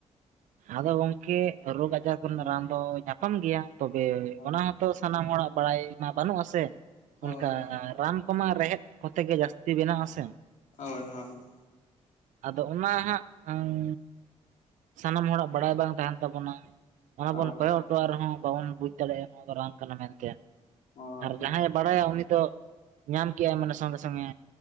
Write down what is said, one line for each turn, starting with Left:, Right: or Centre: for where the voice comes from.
Right: ᱟᱫᱚ ᱜᱚᱢᱠᱮ ᱨᱳᱜᱽ ᱟᱡᱟᱨ ᱠᱚᱨᱮᱱᱟᱜ
Left: ᱦᱩᱸ
Right: ᱨᱟᱱ ᱫᱚ ᱧᱟᱯᱟᱢ ᱜᱮᱭᱟ ᱛᱚᱵᱮ
Left: ᱦᱳᱭ
Right: ᱚᱱᱟ ᱦᱚᱸ ᱛᱚ ᱥᱟᱱᱟᱢ ᱦᱚᱲᱟᱜ ᱵᱟᱲᱟᱭ ᱢᱟ ᱵᱟᱹᱱᱩᱜ ᱟ ᱥᱮ
Left: ᱦᱳᱭ
Right: ᱚᱱᱠᱟ
Left: ᱦᱳᱭ
Right: ᱨᱟᱱ ᱠᱚᱢᱟ ᱨᱮᱸᱦᱮᱫ ᱠᱚᱛᱮ ᱜᱮ ᱡᱟᱹᱥᱛᱤ ᱵᱮᱱᱟᱜᱼᱟ ᱥᱮ
Left: ᱦᱳᱭ ᱦᱳᱭ
Right: ᱟᱫᱚ ᱚᱱᱟ ᱦᱟᱸᱜ ᱥᱟᱱᱟᱢ ᱦᱚᱲᱟᱜ ᱵᱟᱲᱟᱭ ᱵᱟᱝ ᱛᱟᱦᱮᱱ ᱛᱟᱵᱚᱱᱟ ᱚᱱᱟ
Left: ᱦᱳᱭ
Right: ᱵᱚᱱ ᱠᱚᱭᱚᱜ ᱛᱚ ᱟᱨᱦᱚᱸ ᱵᱟᱵᱚᱱ ᱵᱩᱡ ᱫᱟᱲᱮᱭᱟᱜᱼᱟ ᱱᱚᱣᱟ ᱫᱚ ᱨᱟᱱ ᱠᱟᱱᱟ ᱢᱮᱱᱛᱮ
Left: ᱦᱳᱭ
Right: ᱟᱨ
Left: ᱦᱳᱭ
Right: ᱡᱟᱦᱟᱸᱭᱮ ᱵᱟᱲᱟᱭᱟ ᱩᱱᱤ ᱫᱚ ᱧᱟᱢ ᱠᱮᱜᱼᱟᱭ ᱢᱟᱱᱮ ᱥᱚᱝᱜᱮ ᱥᱚᱝᱜᱮ